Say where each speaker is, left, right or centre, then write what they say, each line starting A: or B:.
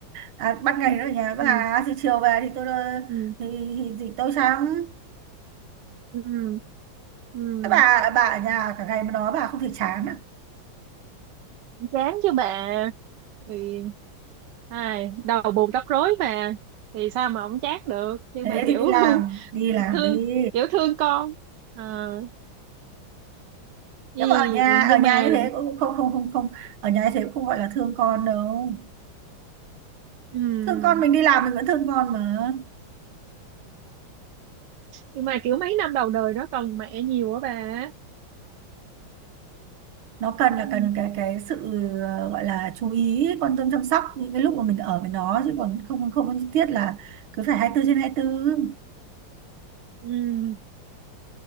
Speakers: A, on the right; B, on the right.
A: à, ban ngày nó ở nhà bà
B: ừ
A: thì chiều về thì tôi
B: ừ
A: thì thì, thì tôi chán
B: ừ ừ
A: thế bà bà ở nhà cả ngày mà nói bà không thể chán à
B: chán chứ bà thì ai đầu bù tóc rối mà thì sao mà không chát được nhưng
A: thế
B: mà kiểu
A: thì đi làm
B: <laughs>
A: đi làm
B: thương
A: đi
B: kiểu thương con Ờ, ý-
A: nhưng mà ở nhà
B: nhưng
A: ở nhà
B: mà
A: như thế cũng không không không không ở nhà như thế cũng không gọi là thương con đâu
B: ừm,
A: thương con mình đi làm mình vẫn thương con mà
B: nhưng mà kiểu mấy năm đầu đời nó cần mẹ nhiều á bà
A: nó cần là
B: Ừm,
A: cần cái cái sự ờ, gọi là chú ý quan tâm chăm sóc những cái lúc mà mình ở với nó chứ còn không không có nhất thiết là cứ phải hai mươi tư trên hai mươi tư
B: ừm.